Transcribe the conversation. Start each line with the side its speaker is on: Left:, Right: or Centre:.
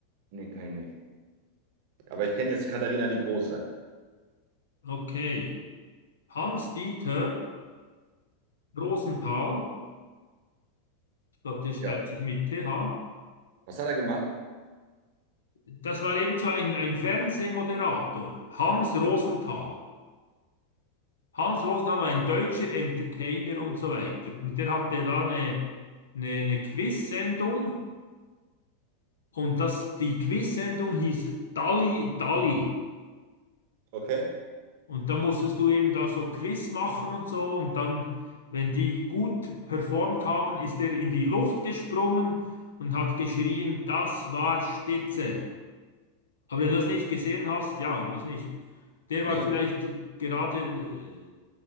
Right: Nee, kann ich nicht. Aber ich kenne jetzt Katharina die Große.
Left: Okay. Hans-Dieter Rosenthal. Ich glaube, der schreibt
Right: Ja.
Left: sich mit TH.
Right: Was hat er gemacht?
Left: Das war eben so ein, ein Fernsehmoderator. Hans Rosenthal. Hans Rosenthal war ein deutscher Entertainer und so weiter. Und der hatte da eine, eine, eine Quiz-Sendung. Und das, die Quiz-Sendung hieß Dalli Dalli.
Right: Okay.
Left: Und dann musstest du eben da so Quiz machen und so. Und dann, wenn die gut performt haben, ist er in die Luft gesprungen und hat geschrien, das war spitze. Aber wenn du das nicht gesehen hast, ja, ich weiß nicht. Der war
Right: Nee.
Left: vielleicht gerade äh,